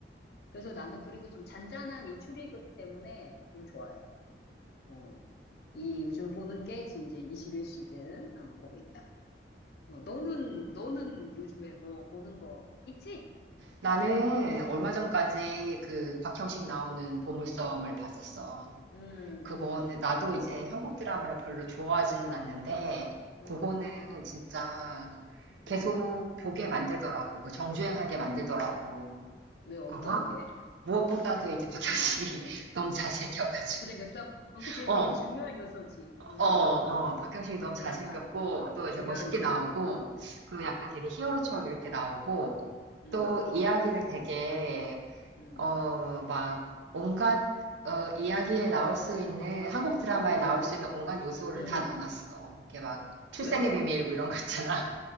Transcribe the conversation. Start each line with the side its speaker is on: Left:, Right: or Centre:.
Left: 그래서 나는 그래서 좀 잔잔한 이 추리극 때문에 좀 좋아해. 어. 이 요즘 보는 게 지금 이제 21시즌 어, 보고 있다. 어, 너는 너는 요즘에 뭐 보는 거 있지?
Right: 나는 얼마 전까지
Left: 응.
Right: 그 박형식 나오는 보물섬을 봤었어.
Left: 음,
Right: 그거는
Left: 음,
Right: 나도 이제 한국 드라마를 별로 좋아하지는 않는데
Left: 음,
Right: 그거는 진짜 계속
Left: 음.
Right: 보게 만들더라고. 그 정주행하게 만들더라고.
Left: 왜 어떤
Right: 그무
Left: 게?
Right: 무엇보다도 이제 박형식이
Left: 응.
Right: <laughs> 너무 잘생겨가지고.
Left: 잘생겼어? 어, 그치.
Right: 어,
Left: 되게 중요한 요소지. 음,
Right: 어, 어. 박형식이 너무
Left: 드라마,
Right: 잘생겼고
Left: 음,
Right: 또
Left: 중요한
Right: 이제 멋있게
Left: 요소.
Right: 나오고 그리고 약간 되게 히어로처럼 이렇게 나오고
Left: 음,
Right: 또 이야기를 되게
Left: 음,
Right: 어, 막, 온갖, 어, 이야기에 나올 수 있는, 한국 드라마에
Left: 음,
Right: 나올 수 있는 온갖 요소를
Left: 음.
Right: 다 넣어놨어. 이렇게 막, 출생의
Left: 그래?
Right: 비밀, 뭐 이런 거 있잖아.